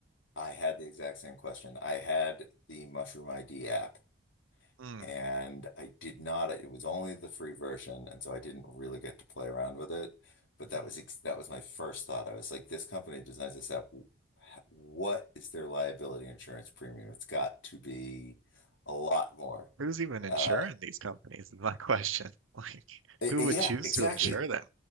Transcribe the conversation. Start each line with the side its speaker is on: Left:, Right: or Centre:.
Left: I had the exact same question. I had the Mushroom ID app
Right: Mm,
Left: and I did not it was only the free version and so I didn't really get to play around with it, but
Right: mhm.
Left: that was ex that was my first thought. I was like this company designs this app. What is their liability insurance premium? It's got to be a lot more.
Right: Who's even insuring
Left: Uh
Right: these companies is my question. <laughs> Like,
Left: eh,
Right: who
Left: eh, yeah,
Right: would choose
Left: exactly.
Right: to insure them?